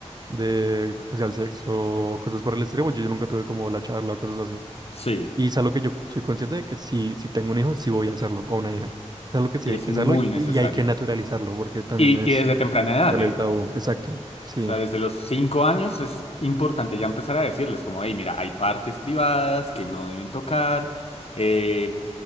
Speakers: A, on the right; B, on the left.
A: de, o sea, el sexo o cosas por el estilo. pues Yo, yo nunca tuve como la charla o cosas así.
B: sí,
A: Y es algo que yo soy consciente de que si, si tengo un hijo, sí voy a hacerlo, o una hija. Es algo que sí
B: y
A: hay
B: es
A: que
B: muy
A: hacerlo y,
B: necesario.
A: y hay que naturalizarlo, porque también
B: Y,
A: es
B: y desde temprana edad,
A: quitarle
B: ¿eh?
A: el tabú. Exacto, sí.
B: O sea, desde los cinco años es importante ya empezar a decirles como, hey, mira, hay partes privadas que no deben tocar, eh,